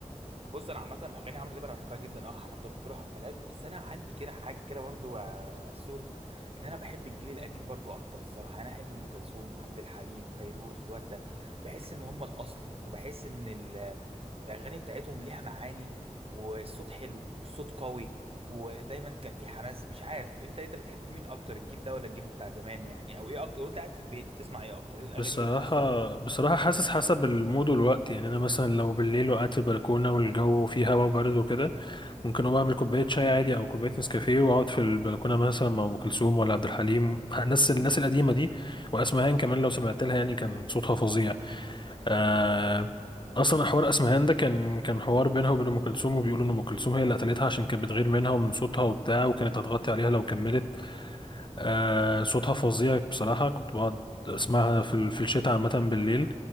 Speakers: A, on the right (about 50°); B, on the left (about 40°).
A: بص انا عامه اغاني عمرو دياب انا بحبها جدا اه حضرت له حفلات بس انا عندي كده حاجه كده برضو يا سور ان انا بحب الجيل القديم برضو اكتر الصراحه يعني انا احب ام كلثوم عبد الحليم فيروز ورده بحس ان هم الاصل وبحس ان ال- الاغاني بتاعتهم ليها معاني والصوت حلو والصوت قوي ودايما كان في حماس مش عارف انت انت بتحب مين اكتر الجيل ده ولا الجيل بتاع زمان يعني او ايه اكتر وانت قاعد في البيت تسمع ايه اكتر ايه الاغاني
B: بصراحه
A: اللي بتاثر فيك
B: بصراحه حاسس حسب المود والوقت يعني انا مثلا لو بالليل وقعدت في البلكونه والجو فيه هوا بارد وكده ممكن اقوم اعمل كوبايه شاي عادي او كوبايه نسكافيه واقعد في البلكونه مثلا مع ام كلثوم ولا عبد الحليم الناس الناس القديمه دي واسمهان كمان لو سمعت لها يعني كان صوتها فظيع آه اصلا حوار اسمهان ده كان كان حوار بينها وبين ام كلثوم وبيقولوا ان ام كلثوم هي اللي قتلتها عشان كانت بتغير منها ومن صوتها وبتاع وكانت هتغطي عليها لو كملت آه صوتها فظيع بصراحة كنت بقعد اسمعها في ال- في الشتاء عامة بالليل